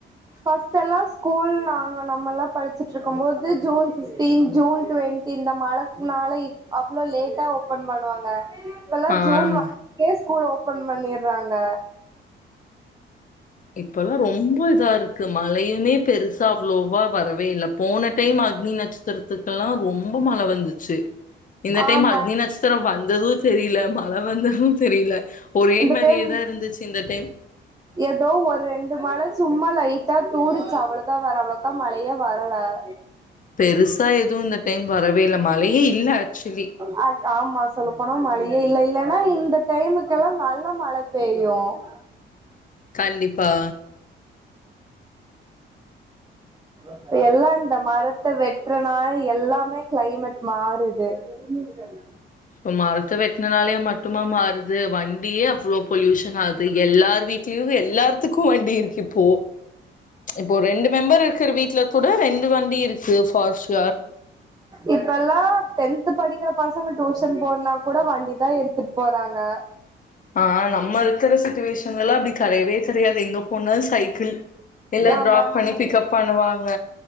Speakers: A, on the right; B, on the left.
A: ஃபர்ஸ்ட் எல்லா ஸ்கூல் நாங்க நம்மல்லா படிச்சிட்டு இருக்கும் போது ஜூன் பிஃப்டீன் ஜூன் டுவென்த் இந்த மழக்குனால இப் அவ்வளோ லேட்டா ஓப்பன் பண்ணுவாங்க இப்பல்லா
B: ஆ.
A: ஜூன் ஒன்க்கே ஸ்கூல் ஓபன் பண்ணிர்றாங்க
B: இப்பல்லா ரொம்ப இதா இருக்கு மழயுமே பெருசா அவ்வளோவா வரவே இல்ல போன டைம் அக்னி நட்சத்திரத்துக்குல்லா ரொம்ப மழ வந்துச்சி இந்த டைம்
A: ஆமா
B: அக்னி நட்சத் த்ரம் வந்ததும் தெரியல மழ வந்ததும் தெரியல ஒரே
A: இந்த
B: மாரியேதா
A: டைம்
B: இருந்துச்சு இந்த டைம்
A: ஏதோ ஒரு ரெண்டு மழ சும்மா லைட்டா தூருச்சு அவ்ளதா வேற அவ்ளோக்கா மழயே வரல <inaudible>
B: பெருசா எதுவு இந்த டைம் வரவே இல்ல மழையே இல்ல ஆக்சுவலி
A: ஆ ஆமா சொல்ல போனா மழையே இல்ல இல்லைன்னா இந்த டைமுக்கெல்லா நல்லா மழ பேய்யும் <inaudible>
B: கண்டிப்பா
A: இப்ப எல்லா இந்த மரத்த வெட்றனால எல்லாமே கிளைமேட் மாறுது எடமே இதானா
B: இப்போ மரத்த வெட்டினனாலயா மட்டுமா மாறுது வண்டியே அவ்வளோ பொல்யூஷன் ஆகுது எல்லார் வீட் கிளிகு எல்லார்த்துக்கு வண்டி இருக்கு இப்போ இப்போ ஒரு ரெண்டு மெம்பர் இருக்குற வீட்ல கூட ரெண்டு வண்டி இருக்கு ஃபார் ஷ்யூர்
A: இப்பல்லா டென்த் படிக்கிற பசங்க டியூசன் போனுன்னா கூட வண்டிதா எடுத் இருந்துட்டு போறாங்க
B: ஆ நம்ம இருக்குற சுட்டுவேஷன்லல்லா அப்டி கெடயவே கெடயாது எங்க போனா சைக்கிள் இல்ல
A: ஆமா
B: டிராப்
A: நம்ம
B: பண்ணி பிக்கப் பண்ணுவாங்க